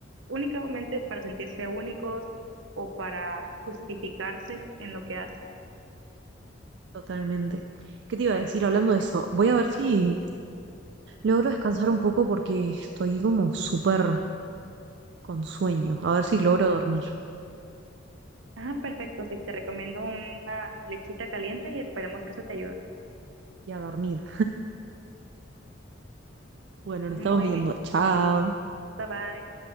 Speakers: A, on the right; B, on the right.
A: únicamente es para sentirse únicos o para justificarse en lo que hacen.
B: Totalmente. ¿Qué te iba a decir hablando de eso? Voy a ver si Logro descansar un poco porque estoy como súper con sueño. A ver si logro dormir.
A: Ah, perfecto, sí, te recomiendo una lechita caliente y esperemos que eso te ayude.
B: Y a dormir. Bueno, nos
A: Muy
B: estamos viendo.
A: bien,
B: Chao.
A: bye bye.